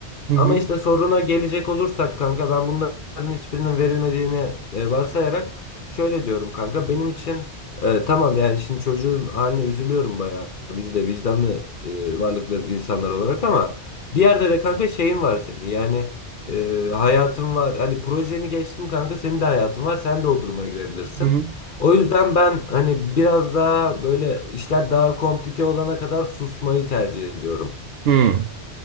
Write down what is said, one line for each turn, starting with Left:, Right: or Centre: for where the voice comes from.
Right: hı
Left: Ama
Right: hı.
Left: işte soruna gelecek olursak kanka ben bunların hiçbirinin verilmediğini e, varsayarak şöyle diyorum kanka benim için e, tamam yani şimdi çocuğun haline üzülüyorum bayağı biz de vicdanlı e, varlıklarız insanlar olarak ama bir yerde de kanka şeyin var senin yani e, hayatın var hani projeni geçtim kanka senin de hayatın var sen de o duruma girebilirsin.
Right: hı hı.
Left: O yüzden ben hani biraz daha böyle işler daha komplike olana kadar susmayı tercih ediyorum.
Right: Hmm,